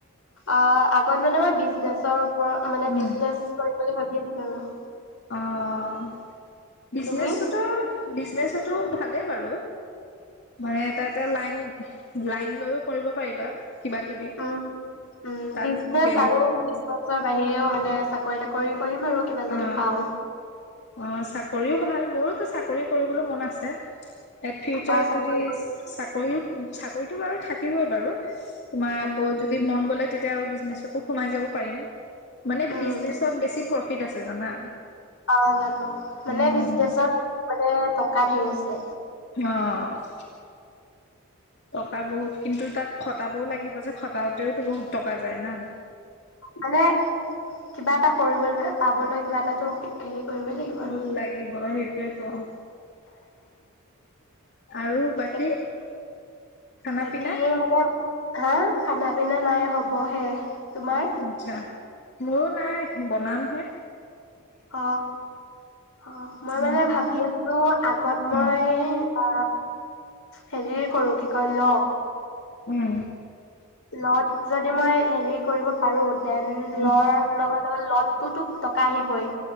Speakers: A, on the left; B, on the left.
A: অ', আগত মানে মই বিজনেছৰ ৰত মানে
B: উম,
A: বিজনেচ কৰি বুলি ভাবিম। অ'।
B: অ'। বিজনেচতো
A: তুমি
B: বিজনেচতো ভালেই বাৰু। মানে এটা এটা লাইন, লাইন। লৈও কৰিব পাৰিবা। কিবা কিবি।
A: উম, উম,
B: তাত
A: বিজনেচ
B: বে
A: আৰু বিশৰ বাহিৰেও মানে চাকৰি তাকৰি কৰিম আৰু কিবা যদি
B: অ',
A: পাও
B: অ', চাকৰিও ভাল মোৰো চাকৰি কৰিবলৈ মন আছে। এ, ফিউচাৰ
A: অ চাকৰি
B: যদি চাকৰিও চাকৰিতটো বাৰু থাকিবই বাৰু। তোমাৰ
A: উম
B: আকৌ যদি মন গ'লে তে এতিয়া আৰু বিজনেচটো সোমাই যাব পাৰিম। মানে
A: উম
B: বিজনেচত বেছি টি আছে জানা
A: অ', জানো মানে
B: উম।
A: বিজনেচত মানে ট কা ধেৰ আছে।
B: অ'। টকা বহুত কিন্তু তাত খটাবও লাগিব যে খটাওতেওতো বহুত টকা যায় না।
A: মানে কিবা এটা কৰিবলৈ পাবলৈ কিবা এটাতো হেৰি কৰিবই লাগিব
B: ভুল
A: আৰু
B: লাগিব সেইটোৱে ব অ আৰু বাকী
A: একো
B: খানা
A: বাকী
B: পিনা
A: মানে হা খানা পিনা নাই হ'বহে তোমাৰ
B: আচ্ছা মোৰো নাই বনাম হে
A: অ অ মই মানে
B: উম,
A: ভাবি আছোঁ আগত মই
B: উম।
A: আ হেৰি কৰো কি কয় ল
B: উম
A: লত যদি মই হেৰি কৰিব পাৰোঁ দেন
B: উম,
A: লৰ লগত লগত তো তোক টকা আহিবই